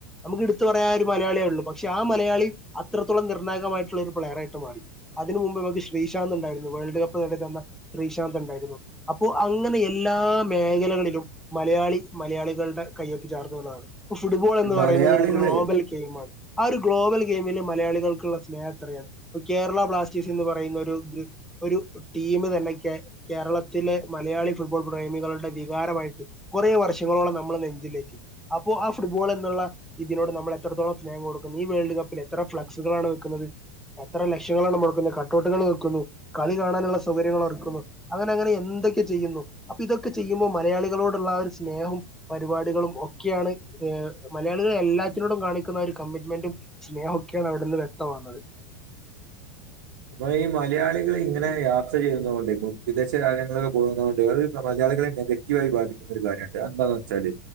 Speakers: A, in the centre; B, on the right (about 70°).
A: നമുക്ക് എടുത്ത് പറയാൻ ഒരു മലയാളിയേ ഉള്ളൂ പക്ഷെ ആ മലയാളി അത്രത്തോളം നിർണായകമായിട്ട് ട്ടുള്ളൊരു പ്ലെയർ ആയിട്ട് മാറി അതിന് മുമ്പ് മക്ക് ശ്രീശാന്ത് ഉണ്ടായിരുന്നു വേൾഡ് കപ്പ് നേടി തന്ന ശ്രീശാന്ത് ഉണ്ടായിരുന്നു അപ്പോ അങ്ങനെ എല്ലാ മേഖലകളിലും മലയാളി മലയാളികളുടെ കയ്യൊപ്പ് ചാർത്തുന്നുള്ളതാണ് പ്പൊ ഫുട്ബോൾ എന്ന്
B: ഈ മലയാളികള്
A: പറയുന്നത് ഒരു ഗ്ലോബൽ ഗെയിമാണ് ആ ഒരു ഗ്ലോബൽ ഗെയിമില് മലയാളികൾക്കുള്ള സ്നേഹ <unintelligible> കേരള ബ്ലാസ്റ്റേഴ്സ് എന്ന് പറയുന്ന ഒരു ഒരു ഒരു ടീമ് തന്നെ കേ കേരളത്തിലെ മലയാളി ഫുട്ബോൾ പ്രേമികളുടെ വികാരമായിട്ട് കൊറേ വർഷങ്ങളോളം നമ്മള് നെഞ്ചിലേറ്റി അപ്പോ ആ ഫുട്ബോൾ എന്നുള്ള ഇതിനോട് നമ്മൾ എത്രത്തോളം സ്നേഹം കൊടുക്കുന്നു ഈ വേൾഡ് കപ്പില് എത്ര ഫ്ലക്സുകളാണ് വെക്കുന്നത് എത്ര ലക്ഷങ്ങളാണ് മുടക്കുന്നേ കട്ട് ഔട്ടുകൾ വെക്കുന്നു കളി കാണാനുള്ള സൗകര്യങ്ങൾ എറക്കുന്നു. അങ്ങനെ അങ്ങനെ എന്തൊക്കെ ചെയ്യുന്നു അപ്പൊ ഇതൊക്കെ ചെയ്യുമ്പോൾ മലയാളികളോടുള്ള ആ ഒരു സ്നേഹവും പരിപാടികളും ഒക്കെയാണ് ഏ മലയാളികളെ എല്ലാത്തിനോടും കാണിക്കുന്ന ഒരു കമ്മിറ്റ്മെന്റും സ്നേഹമൊക്കെയാണ് അവിടെന്ന് വ്യക്തമാകുന്നത്.
B: <unintelligible> ഈ മലയാളികള് ഇങ്ങനെ യാത്ര ചെയ്യുന്നതുകൊണ്ട് വിദേശ രാജ്യങ്ങളിൽ പോകുന്നതു കൊണ്ട് അത് മലയാളികളെ നെഗറ്റീവായി ബാധിക്കുന്ന ഒരു കാര്യണ്ട് എന്താന്ന് വെച്ചാല്